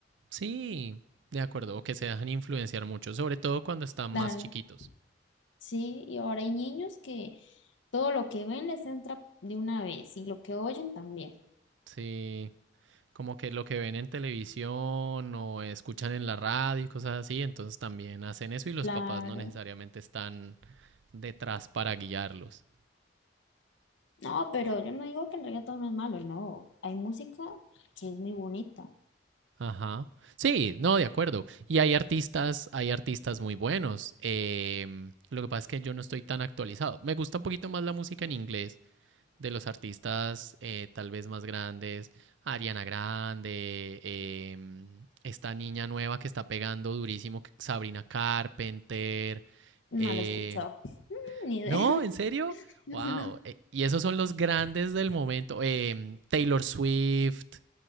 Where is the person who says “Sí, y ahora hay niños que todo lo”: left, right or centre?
Left